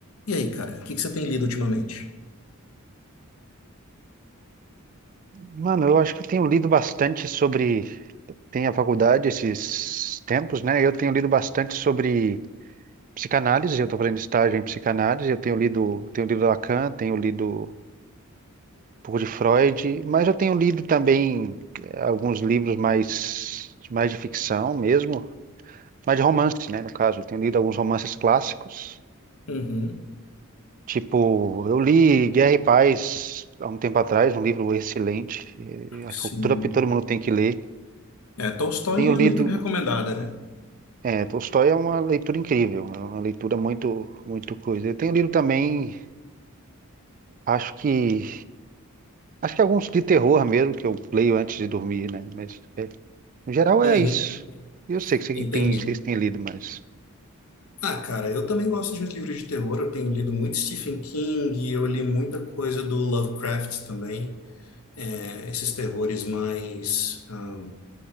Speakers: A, on the left; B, on the right.
A: E aí, cara, o que que você tem lido ultimamente?
B: Mano, eu acho que eu tenho lido bastante sobre. Tem a faculdade esses tempos, né? Eu tenho lido bastante sobre psicanálise. Eu estou fazendo estágio em psicanálise. Eu tenho lido, tenho lido Lacan, tenho lido um pouco de Freud, mas eu tenho lido também eh, alguns livros mais, mais de ficção mesmo, mais de romance, né? No caso, eu tenho lido alguns romances clássicos.
A: Uhum,
B: Tipo, eu li Guerra e Paz há um tempo atrás, um livro excelente. eh, Acho
A: sim.
B: que todo, todo mundo tem que ler.
A: É, Tolstói
B: Tenho
A: é a
B: lido.
A: leitura recomendada, né?
B: É, Tolstói é uma leitura incrível, é uma leitura muito, muito coisa. Eu tenho lido também, acho que, acho que alguns de terror mesmo que eu leio antes de dormir, né? Mas é, no geral
A: Uhum,
B: é isso. Eu sei que você
A: entendi.
B: tem, vocês têm lido, mas,
A: Ah, cara, eu também gosto de uns livros de terror. Eu tenho lido muito Stephen King, eu li muita coisa do Lovecraft também. É, esses terrores mais. ah,